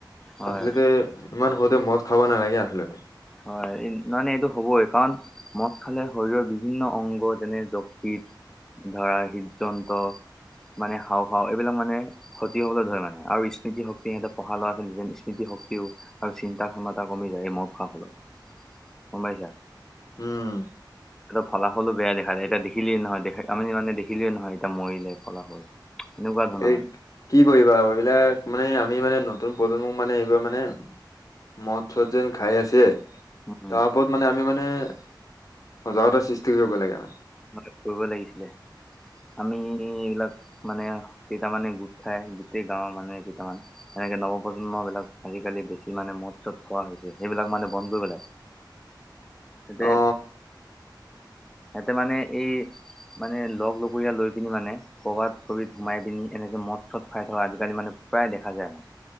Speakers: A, in the centre; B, on the left.
A: হয়
B: আচলতে ইমান সৰুতে মদ খাব নালাগে আছলতে।
A: হয়, নহ, নাই এইটো হ'বই কাৰণ মদ খালে শৰীৰৰ বিভিন্ন অংগ যেনে যকৃত ধৰা হৃদ যন্ত্ৰ মানে হাওফাও এইবিলাক মানে ক্ষতি হ'বলৈ ধৰে মানে আৰু স্মৃতি শক্তি সিহঁতে পঢ়া ল'ৰা আছিল স্মৃতি শক্তিও আৰু চিন্তা ক্ষমতা কমি যায় মদ খোৱাৰ ফলত গম পাইছা।
B: উম
A: ফলাফলটো বেয়া দেখা যায় এয়া দেখিলিয়ে নহয় দেখ আমি মানে দেখিলেইে নহয় এতিয়া মৰিলে ফলাফল সেনেকুৱা ধৰণৰ
B: এই
A: মানে
B: কি কৰিবা আৰু এইবিলাক মানে আমি মানে নতুন প্ৰজন্ম মানে এইবিলাক মানে মদ, চদ যেন খাই আছে।
A: উম,
B: তাৰ ওপৰত মানে আমি মানে সজাগতাৰ সৃষ্টি কৰিব লাগে।
A: ম <unintelligible> কৰিব লাগিছিলে। আমি এইবিলাক মানে কেইটামানে গোট খাই, গোটেই গাঁওৰ মানুহে কেইটামান সেনেকে নৱপ্ৰজন্ম বিলাক আজিকালি বেছি মানে মদ, চদ খোৱা হৈছে সেইবিলাক মানে বন্ধ কৰিব লাগে। তেতিয়া
B: অ
A: তাতে মানে এই মানে লগ লগৰীয়া লৈ পিনি মানে ক'ৰবাত কবি সোমাই পিনি এনেকে মদ চদ খুৱাই থকা আজিকালি মানে প্ৰায় দেখা যায় মানে